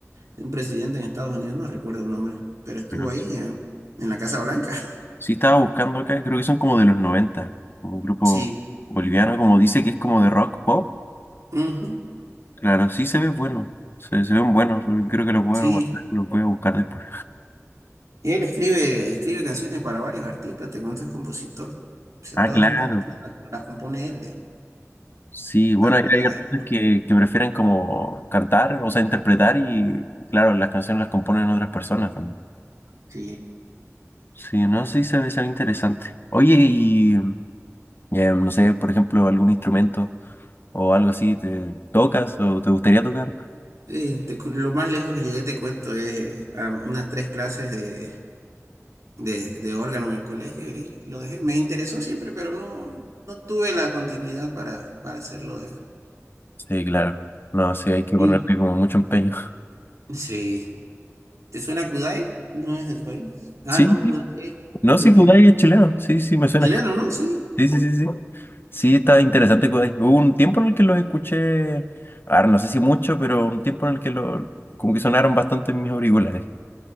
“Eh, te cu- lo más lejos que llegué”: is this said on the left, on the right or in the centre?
Right